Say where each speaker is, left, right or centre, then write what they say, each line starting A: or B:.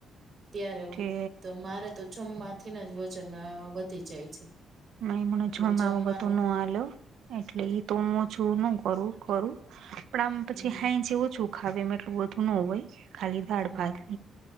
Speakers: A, on the right; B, on the right.
A: ત્યારે
B: કે
A: મારે તો જમવાથી ને વજન અ વધી જાય છે.
B: <unintelligible>
A: એટલે જમવાનું
B: એટલે એ તો હું ઓછું ન કરું પણ આમ પછી
A: હમ
B: હા જે ઓછું ખાવામાં એ એટલું બધું ન હોય ખાલી દાળ
A: હા
B: ભાત